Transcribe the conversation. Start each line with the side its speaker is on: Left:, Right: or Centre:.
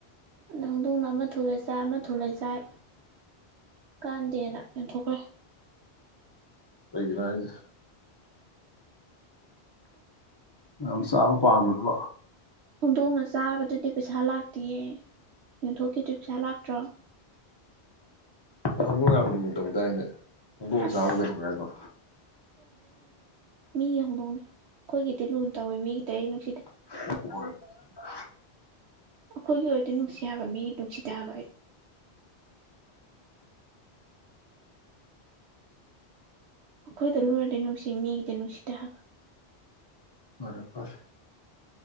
Right: ꯑꯗꯣ ꯍꯧꯗꯣꯡꯅ ꯑꯃ ꯊꯣꯛꯂꯛꯑꯦ ꯆꯥ ꯑꯃ ꯊꯣꯛꯂꯛꯑꯦ ꯆꯥꯏ ꯀꯥꯟꯗꯦꯅ ꯌꯦꯟꯊꯣꯛꯈ꯭ꯔꯦ
Left: ꯀꯩꯒꯤꯅꯣ ꯍꯥꯏꯁꯦ ꯌꯥꯝ ꯆꯥꯕ ꯄꯥꯝꯕꯗꯣ
Right: ꯍꯧꯗꯣꯡꯅ ꯆꯥꯕꯗꯨꯗꯤ ꯄꯩꯁꯥ ꯂꯥꯛꯇꯤꯌꯦ ꯌꯣꯟꯊꯣꯛꯈꯤꯗꯨ ꯄꯩꯁꯥ ꯂꯥꯛꯇ꯭ꯔꯣ
Left: ꯅꯪ ꯍꯧꯗꯣꯡ ꯌꯥꯝ ꯂꯨꯅ ꯇꯧꯗꯥꯏꯅꯦ ꯍꯧꯗꯣꯡꯅ
Right: ꯑꯁ
Left: ꯆꯥꯕꯕꯨ ꯀꯩꯗꯧꯋꯦ ꯍꯥꯏꯅꯣ ꯎꯝ
Right: ꯃꯤ ꯌꯧꯗꯣꯡꯅꯦ ꯑꯈꯣꯏꯒꯤꯗꯤ ꯂꯨꯅ ꯇꯧꯋꯦ ꯃꯤꯒꯤꯗꯤ ꯑꯩ ꯅꯨꯡꯁꯤꯗꯦ
Left: <inaudible>
Right: ꯑꯈꯣꯏꯒꯤ ꯑꯣꯏꯔꯗꯤ ꯅꯨꯡꯁꯤ ꯍꯥꯏꯕ ꯃꯤ ꯅꯨꯡꯁꯤꯗꯦ ꯍꯥꯏꯕ ꯑꯩ ꯑꯈꯣꯏꯗ ꯂꯣꯏꯔꯗꯤ ꯅꯨꯡꯁꯤ ꯃꯤꯒꯤꯗꯤ ꯅꯨꯡꯁꯤꯗꯦ ꯍꯥꯏꯕ
Left: ꯐꯔꯦ ꯐꯔꯦ